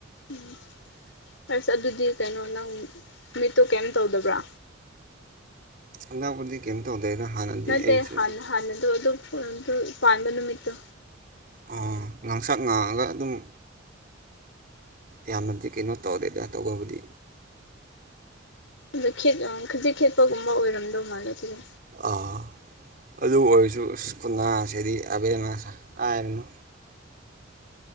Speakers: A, on the left; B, on the right.
A: ꯎꯝ ꯑꯁ ꯑꯗꯨꯗꯤ ꯀꯩꯅꯣ ꯅꯪ ꯃꯤꯠꯇꯣ ꯀꯩꯝ ꯇꯧꯗꯕ꯭ꯔꯥ
B: ꯍꯟꯗꯛꯄꯨꯗꯤ ꯀꯩꯝ ꯇꯧꯗꯦꯗ ꯍꯥꯟꯅꯗꯤ
A: ꯅꯠꯇꯦ
B: ꯑꯩꯁꯨ
A: ꯍꯥꯟꯅ ꯍꯥꯟꯅꯗꯣ ꯑꯗꯨꯝ ꯍꯣꯏ ꯑꯗꯨ ꯄꯥꯟꯕ ꯅꯨꯃꯤꯠꯇꯨ
B: ꯑꯣ ꯉꯥꯡꯁꯛ ꯉꯥꯡꯉꯒ ꯑꯗꯨꯝ ꯌꯥꯝꯅꯗꯤ ꯀꯩꯅꯣ ꯇꯧꯗꯦꯗ ꯇꯧꯕꯕꯨꯗꯤ
A: ꯈꯖꯤꯛ ꯈꯦꯠ ꯈꯖꯤꯛ ꯈꯦꯠꯄꯒꯨꯝꯕ ꯑꯣꯏꯔꯝꯗꯧ ꯃꯥꯜꯂꯦ ꯑꯗꯨꯗꯤ
B: ꯑꯥ ꯑꯗꯨ ꯑꯣꯏꯔꯁꯨ ꯑꯁ ꯈꯨꯅꯥꯁꯤꯗꯤ ꯑꯕꯦꯝꯃꯥꯁ ꯍꯥꯏꯔꯨꯅꯨ